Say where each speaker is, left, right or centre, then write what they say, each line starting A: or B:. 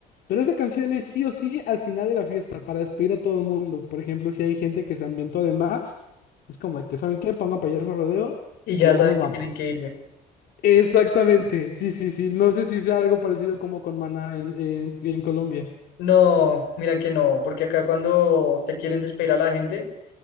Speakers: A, on the left (about 70°); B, on the left (about 85°).
A: pero esa canción es sí o sí al final de la fiesta para despedir a todo el mundo. Por ejemplo, si hay gente que se ambientó de más, es como de que, ¿saben qué? Pongan Payaso de Rodeo,
B: Y ya
A: que
B: saben
A: ya nos
B: que
A: vamos.
B: tienen que irse.
A: Exactamente, sí, sí, sí. No sé si sea algo parecido como con Maná en, en en Colombia.
B: No, mira que no, porque acá cuando te quieren despedir a la gente,